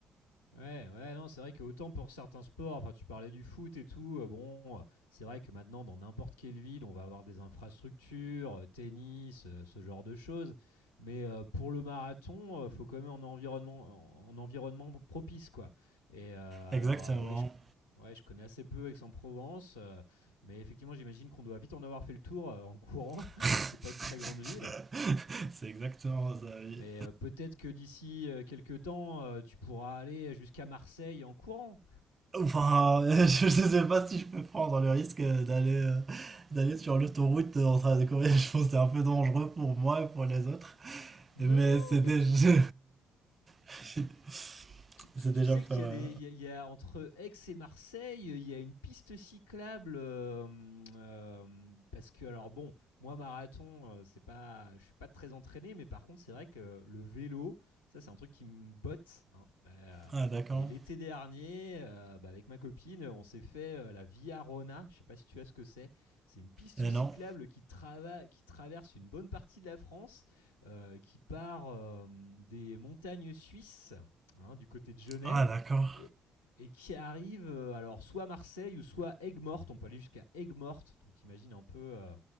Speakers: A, on the left; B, on the right.
A: Ouais, ouais, non, c'est vrai que autant pour certains sports, enfin tu parlais du foot et tout, heu, bon, heu, c'est vrai que maintenant dans n'importe quelle ville, on va avoir des infrastructures, heu, tennis, heu, ce genre de choses. Mais, heu, pour le marathon, heu, faut quand même un environnement un environnement propice, quoi. Et, heu, alors,
B: Exactement.
A: heu, ouais, je ouais, je connais assez peu Aix-en-Provence, heu, mais effectivement, j'imagine qu'on doit vite en avoir fait le tour, heu, en courant.
B: <laughs>
A: <laughs> C'est pas une très grande ville.
B: C'est exactement ça, oui.
A: Mais, heu, peut-être que d'ici, heu, quelque temps, heu, tu pourras aller jusqu'à Marseille en courant.
B: Enfin, <laughs> je ne sais pas si je peux prendre le risque d'aller euh, d'aller sur l'autoroute en train de courir. Je pense que c'est un peu dangereux pour moi et pour les autres.
A: Non,
B: Mais c'est déjà...
A: mais tu,
B: <laughs>
A: tu, tu-
B: c'est
A: tu
B: déjà
A: sais
B: pas
A: qu'il
B: mal.
A: y a des, il y a, il y a entre Aix et Marseille, il y a une piste cyclable euh, euh, parce que alors bon, moi marathon, euh, c'est pas, je suis pas très entraîné, mais par contre c'est vrai que le vélo, ça c'est un truc qui me botte. hein. Euh,
B: Ah, d'accord.
A: et l'été dernier, euh, bah, avec ma copine, on s'est fait euh, la Via Rona. Je sais pas si tu vois ce que c'est. C'est une piste
B: Et non.
A: cyclable qui, trava- qui traverse une bonne partie de la France, euh, qui part euh, des montagnes suisses hein, du côté de Genève,
B: Ah, d'accord.
A: et, et qui arrive euh, alors soit à Marseille ou soit Aigues-Mortes. On peut aller jusqu'à Aigues-Mortes, donc t'imagines un peu euh,